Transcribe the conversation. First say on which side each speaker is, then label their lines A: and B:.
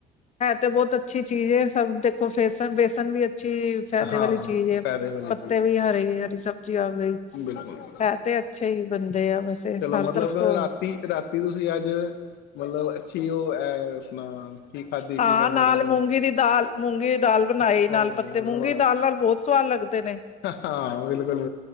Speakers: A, on the left (about 45°); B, on the left (about 80°).
A: ਤੇ ਬਹੁਤ ਅੱਛੀ ਚੀਜ਼ ਹੈ ਸਭ ਦੇਖੋ ਫੇਸ ਬੇਸਨ ਵੀ ਅਛੀ ਫਾਇਦੇ
B: ਹਾਂ
A: ਵਾਲੀ ਚੀਜ਼
B: ਫਾਇਦੇ ਵਾਲੀ
A: ਪੱਤੇ ਵੀ ਹਰੇ ਹਰੀ ਸਬਜ਼ੀ ਆ ਗਈ
B: ਬਿਲਕੁਲੁ
A: ਹੈ ਤੇ ਅੱਛੇ ਹੀ ਬੰਦੇ ਆ ਵੈਸੇ
B: ਚਲੋ
A: ਹਰ
B: ਮਤਲਬ
A: ਤਰਫ ਤੋਂ
B: ਰਾਤੀ ਰਾਤੀ ਤੁਸੀਂ ਅੱਜ ਮਤਲਬ ਅੱਛੀ ਉਹ ਹੈ ਆਪਣਾ ਕੀ ਖਾਧੀ
A: ਹਾਂ
B: ਕੀ ਕਹਿੰਦੇ
A: ਨਾਲ
B: ਨੇ ਇਹਨੂੰ
A: ਮੂੰਗੀ ਦੀ ਦਾਲ ਮੂੰਗੀ ਦੀ ਦਾਲ ਬਣਾਈ
B: ਉਹ
A: ਨਾਲ ਪੱਤੇ ਮੂੰਗੀ ਦੀ ਦਾਲ ਨਾਲ ਬਹੁਤ ਸਵਾਦ ਲੱਗਦੇ ਨੇ
B: ਹਾਂ ਬਿਲਕੁਲ